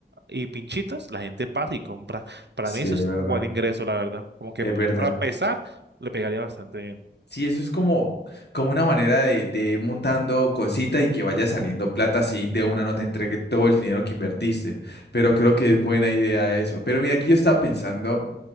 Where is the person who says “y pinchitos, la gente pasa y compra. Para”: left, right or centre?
Right